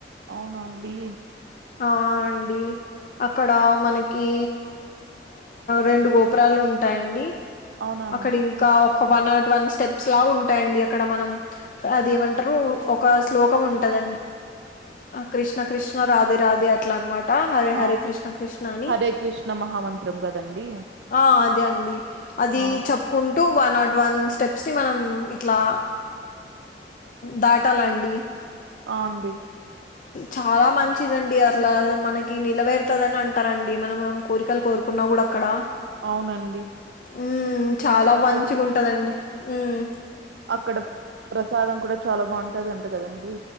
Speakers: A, on the right (about 80°); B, on the left (about 45°).
A: అవునా అండి
B: ఆ అండి అక్కడ
A: ఉమ్,
B: మనకి రెండు గోపురాలు ఉంటాయండి.
A: అవునా అండి
B: అక్కడ ఇంకా ఒక వన్ నాట్ వన్ స్టెప్స్ లా ఉంటాయండి. అక్కడ మనం అది ఏమంటారు ఒక శ్లోకం ఉంటది. కృష్ణ కృష్ణ రాధే రాధే అట్లా అన్నమాట. హరే
A: ఆ
B: హరే కృష్ణ కృష్ణ అని
A: హరే కృష్ణ మహామంత్రం కదండి
B: ఆ అదే అండి అది
A: ఆ
B: చెప్పుకుంటూ వన్ నాట్ వన్ స్టెప్స్ ని మనం ఇట్లా దాటాలండి. <inaudible>
A: ఆ అండి
B: చాలా మంచిదండి అట్లా మనకి నేరవేరుతుందిని అంటారండి. మన కోరికలు కోరుకు ఇప్పుడు న్నావ అక్కడ
A: అవునండి
B: హు చాలా
A: అక్కడ
B: మంచిగా ఉంటందండి. మ్
A: అక్కడ ప్రసాదం కూడా చాలా బాగుంటది అంట కదండి.